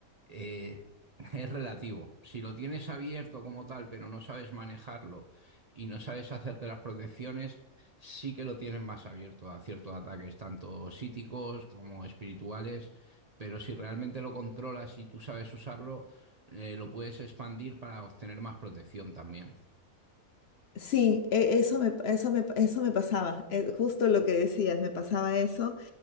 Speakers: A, on the right; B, on the left.
A: eh, <laughs> es relativo. Si lo tienes abierto como tal, pero no sabes manejarlo y no sabes hacerte las protecciones, sí que lo tienes más abierto a ciertos ataques, tanto psíquicos como espirituales. Pero si realmente lo controlas y tú sabes usarlo, eh, lo puedes expandir para obtener más protección también.
B: Sí, e- eso me, eso me, eso me pasaba, eh, justo lo que decías, me pasaba eso.